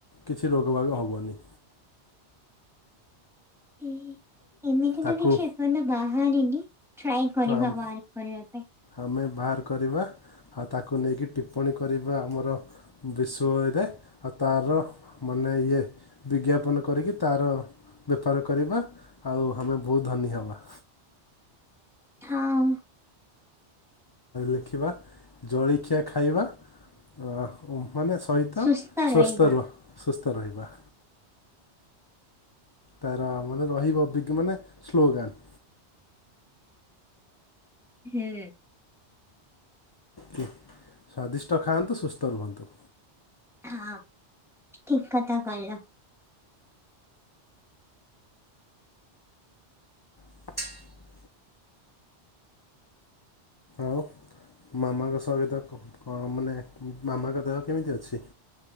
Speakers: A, on the left; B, in the centre.
A: କିଛି ରୋଗ ବାଗ ହବନି।
B: ଏ ଏମିତି
A: ତାକୁ
B: ତ କିଛି ଏପର୍ଯ୍ୟନ୍ତ ବାହାରିନି ଟ୍ରାଏ କରିବା
A: ତ ଆମ
B: ବା କରିବା ପାଇଁ।
A: ଆମେ ବାହାର କରିବା ଆଉ ତାକୁ ନେଇକି ଟିପ୍ପଣୀ କରିବା ଆମର ବିଷୟରେ ଆଉ ତାର ମାନେ ଇଏ ବିଜ୍ଞାପନ କରିକି ତାର ବେପାର କରିବା ଆଉ ଆମେ ବହୁତ ଧନୀ ହେବା।
B: ହଁ।
A: ଲେଖିବା ଜଳଖିଆ ଖାଇବା ଅ ମାନେ ସହିତ
B: ସୁସ୍ଥ
A: ସ୍ୱସ୍ତ
B: ରହିବା।
A: ରୁହ ସୁସ୍ଥ ରହିବା। ତାର ମାନେ ରହିବ ବିଜ୍ଞ ମାନେ ସ୍ଲୋଗାନ।
B: ହୁଁ।
A: କି ସ୍ଵାଦିଷ୍ଟ ଖାଆନ୍ତୁ ସୁସ୍ଥ ରୁହନ୍ତୁ।
B: ହଁ ଠିକ କଥା କହିଲ।
A: <inaudible> ଆଉ ମାମାଙ୍କ ସହିତ କଣ ମାନେ ମାମାଙ୍କ ଦେହ କେମିତି ଅଛି?